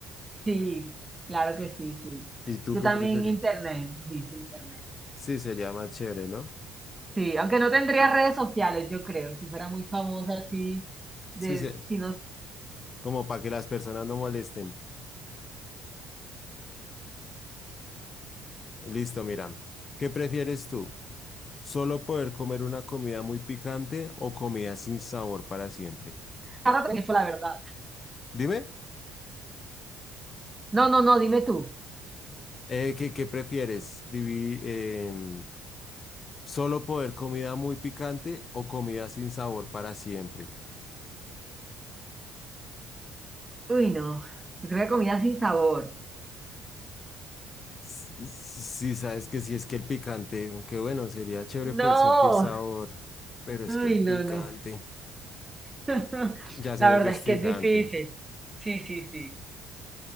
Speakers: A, on the right (about 20°); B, on the left (about 40°).
A: sí, claro que sí, sí.
B: ¿Y tú
A: Yo
B: qué
A: también
B: prefieres?
A: internet, sí, sí, internet.
B: Sí, sería más chévere, ¿no?
A: Sí, aunque no tendría redes sociales, yo creo, si fuera muy famosa así, de,
B: Sí, sí,
A: si no,
B: como para que las personas no molesten. Listo, mira. ¿Qué prefieres tú? ¿Solo poder comer una comida muy picante o comida sin sabor para siempre?
A: ahora también eso la verdad.
B: Dime.
A: No, no, no, dime tú.
B: Eh, ¿qué, qué prefieres? Divi- em, ¿solo poder comida muy picante o comida sin sabor para siempre?
A: Uy, no, yo creo que comida sin sabor.
B: S- Sí, sabes que si es que el picante, aunque bueno, sería chévere
A: No,
B: poder sentir sabor, pero es
A: uy,
B: que el picante
A: no, no. <laughs>
B: ya se
A: La
B: vuelve
A: verdad
B: hostigante.
A: es que es difícil. Sí, sí, sí,